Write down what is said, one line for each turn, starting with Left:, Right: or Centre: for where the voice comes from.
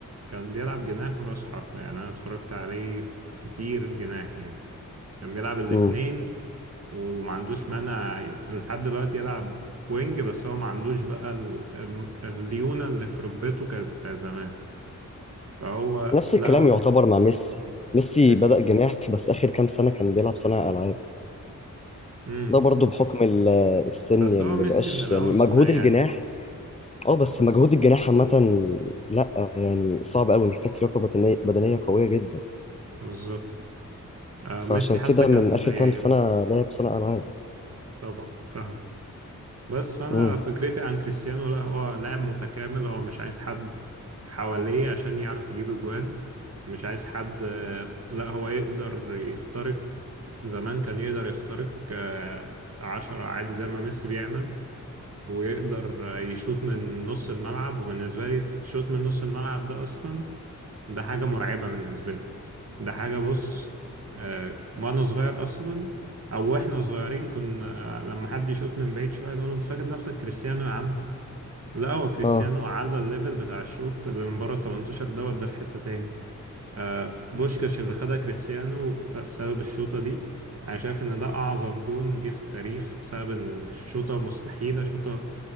Right: كان بيلعب جناح وراس حربة يعني انا اتفرجت عليه في كتير جناح يعني كان بيلعب الاتنين
Left: مم.
Right: وما عندوش مانع لحد دلوقتي يلعب وينج بس هو ما عندوش بقى ال- الم- الليونة اللي في ركبته كانت بتاع زمان فهو
Left: نفس
Right: لا
Left: الكلام
Right: هو
Left: يعتبر
Right: ك-
Left: مع ميسي ميسي
Right: كريس
Left: بدأ جناح بس آخر كام سنة كان بيلعب صانع ألعاب
Right: امم
Left: ده برضو بحكم ال- آه، السن
Right: بس
Left: يعني
Right: هو
Left: ما
Right: ميسي
Left: بقاش
Right: من الاول
Left: يعني مجهود
Right: صنع يعني
Left: الجناح اه بس مجهود الجناح عامة لا يعني صعب قوي محتاج لياقة بدنية بدنية قوية جدا
Right: بالظبط آه، ميسي
Left: فعشان
Right: حتى
Left: كده
Right: كان
Left: من آخر
Right: بي...
Left: كام سنة لعب صانع ألعاب
Right: طبعا فاهم بس فانا
Left: امم
Right: فكرتي عن كريستيانو لا هو لاعب متكامل هو مش عايز حد حواليه عشان يعرف يجيب اجوان مش عايز حد آه، لا هو يقدر يخترق زمان كان يقدر يخترق آه، عشرة عادي زي ما ميسي بيعمل ويقدر آه، يشوط من نص الملعب وبالنسبة لي شوط من نص الملعب ده أصلا ده حاجة مرعبة بالنسبة لي ده حاجة بص آه وأنا صغير أصلا أو وإحنا صغيرين كنا آه لما حد يشوط من بعيد شوية نقول له، أنت فاكر نفسك كريستيانو يا عم لا هو كريستيانو
Left: اه
Right: على الليفل بتاع الشوط اللي من بره 18 دوت ده في حتة تاني آه بوشكاش اللي خدها كريستيانو بت- بسبب الشوطة دي أنا شايف إن ده أعظم جون جه في التاريخ بسبب إن الشوطة مستحيلة شوطة